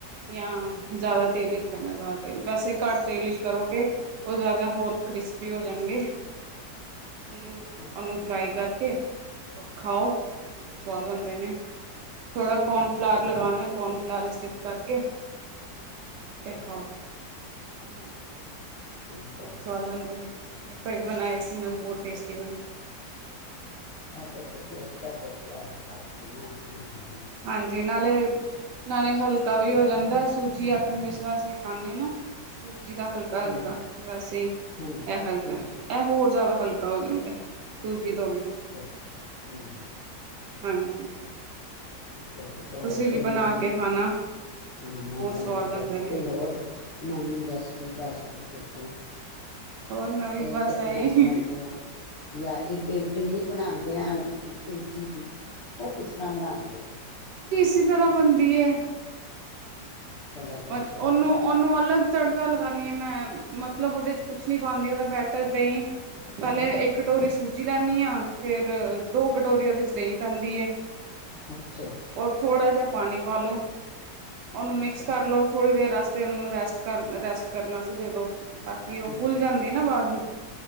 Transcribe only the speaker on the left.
ਅੱਛਾ
ਅੱਛਾ
ਬਹੁਤ
ਵਧੀਆ
ਅੱਛਾ
ਅੱਛਾ
ਠੀਕ
ਹੈ
ਇਹ ਤੇ ਤੁਸੀਂ ਅੱਛਾ ਦੱਸਿਆ, ਹਲਕਾ ਖਾਣਾ ਹੋ। <inaudible>
ਹਮ
ਹਾਂਜੀ
ਹਾਂਜੀ
ਅੱਛਾ ਅੱਛਾ ਹਮ
ਠੀ ਠੀਕ ਹੈ, ਹੋਰ
ਕੋਈ
ਨਵੀਂ
ਹਾਂ, ਮੈਂ
ਬਣਾ
ਕੇ
ਕੋਈ ਹੋਰ ਨਵੀਂ ਰੈਸਪੀ ਦੱਸ ਦੋ ਕ ਅਛਾੱ।
ਇਹ
ਤੇ ਬਣਾਈ
ਲੈਂਦੇ ਆ, ਜਾਂ ਇੱਕ ਇਟਲੀ ਬਣਾਦੇ ਹਾ। ਸੂਜੀ ਦੀ। ਉਹ ਕਿਸ ਤਰ੍ਹਾ ਬਣਾਦੇ ਹੋ?
<inaudible>
ਦੱਸੋ
ਤਾਂ
ਸਾਨੂੰ
ਅੱਛਾ
ਅੱਛਾ ਅੱਛਾ
ਅੱਛਾ
ਜੀ
ਠੀਕ
ਹੈ